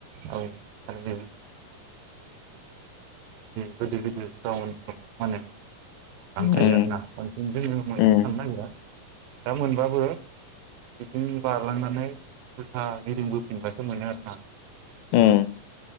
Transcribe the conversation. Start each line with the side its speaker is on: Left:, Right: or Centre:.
Right: औ आरो <unintelligible> गोदिर गोदिर टाउनफ्राव फानो
Left: उम
Right: थायो आरोना बांसिन जोंजों मोननो
Left: उम
Right: थांनो नागिरा दा मोनबाबो बिथिं बारलांनानै उल्था गिदिंबोफिनबासो मोनो आरोना
Left: उम